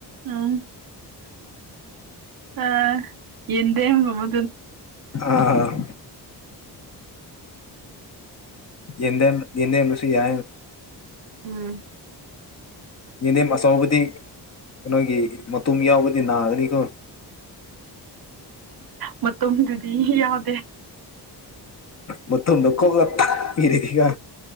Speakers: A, on the right (about 55°); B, on the left (about 40°).
A: ꯎꯝ ꯑ ꯌꯦꯗ ꯃꯃ
B: ꯑꯥ ꯑ ꯌꯦꯗ ꯌꯦꯗꯦ ꯃꯁꯤꯁꯤ ꯌꯥ
A: ꯎꯝ
B: ꯌꯦꯗꯦꯝ ꯑꯆꯕꯗꯤ ꯀꯩꯅꯣꯒꯤ ꯃꯇꯨꯝ ꯌꯥꯎꯕꯗꯤ ꯅꯥꯒꯅꯤꯀꯣ
A: ꯃꯇꯣꯝꯗꯨꯗꯤ ꯌꯥꯎꯗꯦ
B: ꯃꯣꯗꯛꯂ ꯏꯗꯤꯒ